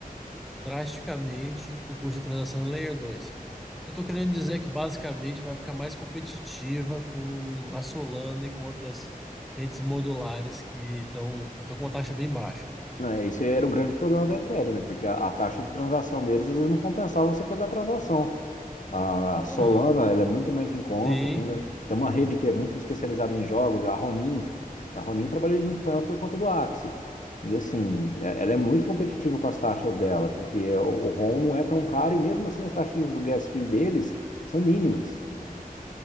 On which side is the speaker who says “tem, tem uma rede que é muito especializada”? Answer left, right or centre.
Left